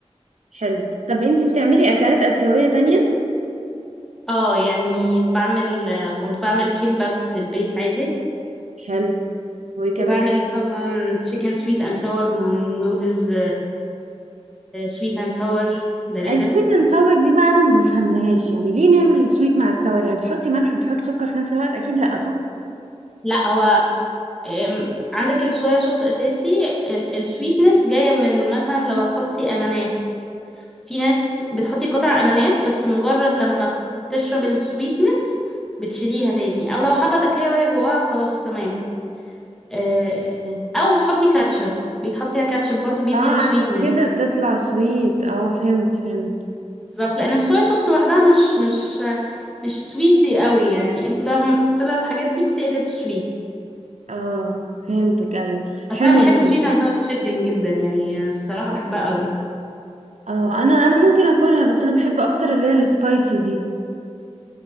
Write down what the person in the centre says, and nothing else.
اه يعني بعمل آه، كنت بعمل كيمباب في البيت عادي
وبعمل طبعا تشيكن سويت اند ساور والنودلز سويت اند ساور ده لازم
لا هو آم، عندك الصويا صوص اساسي ال- السويتنس جايه من مثلا لو هتحطي اناناس في ناس بتحطي قطع اناناس بس مجرد لما بتشرب السويتنس بتشيليها تاني او لو حابه تاكليها وهي جواها خلاص تمام آه،
او تحطي كاتشب بيتحط فيها كاتشب برضو بيدي
السويتنس
بالظبط لان الصويا صوص لوحدها مش مش مش سويتي قوي يعني انت بقى لما بتحطي لها الحاجات دي بتقلب سويت
بس
انا بحب
السويت اند ساور تشيكن جدا يعني الصراحه بحبها قوي